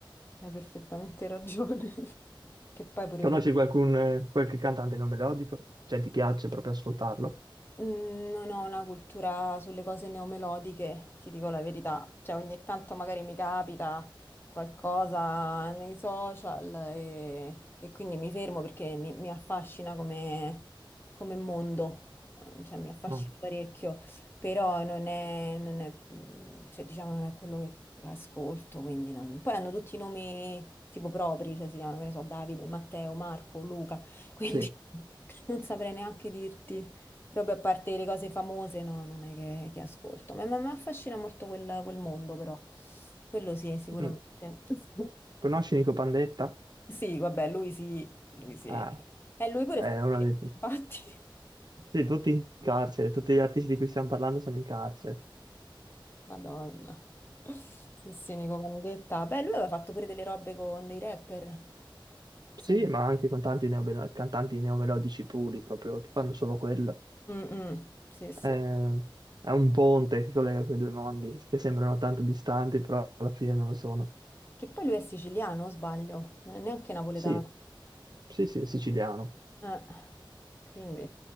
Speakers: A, on the left (about 25°); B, on the right (about 55°).
A: hai perfettamente ragione. <laughs> Che poi pure
B: Conosci
A: io
B: qualcun, eh, qualche cantante non melodico? Cioè ti piace proprio ascoltarlo?
A: Mm, Non ho una cultura sulle cose neomelodiche, ti dico la verità. Cioè, ogni tanto magari mi capita qualcosa nei social e, e quindi mi fermo perché mi, mi affascina come, come mondo, Mm, cioè mi affascina
B: No.
A: parecchio, però non è, non è, mm, cioè, diciamo, non è quello che ascolto, quindi non- Poi hanno tutti i nomi tipo propri, cioè si chiamano, che ne so, Davide, Matteo, Marco, Luca, quindi
B: Sì.
A: <laughs> non saprei neanche dirti. Proprio a parte le cose famose, no, non è che, che ascolto. Ma mi affascina molto quel, quel mondo, però. Quello sì, sicuramente.
B: Mm.
A: <laughs>
B: Conosci Nico Pandetta?
A: Sì, vabbè, lui sì, lui sì.
B: Ah.
A: E lui pure
B: Eh,
A: è stato...
B: uno
A: <laughs>
B: ha detto,
A: Infatti...
B: sì, tutti in carcere, tutti gli artisti di cui stiamo parlando sono in carcere.
A: Madonna. Sì, sì, Nico Vandetta. Beh, lui aveva fatto pure delle robe con dei rapper.
B: Sì,
A: Se non-
B: ma anche cantanti neomelo- cantanti neomelodici puri, proprio, che fanno solo quello.
A: Mm, mm, Sì, sì.
B: Eh, è un ponte che collega quei due mondi, che sembrano tanto distanti, però alla fine non lo sono.
A: Che poi lui è siciliano, o sbaglio? Non è neanche napoletano.
B: Sì, sì, sì, è siciliano.
A: Eh, quindi,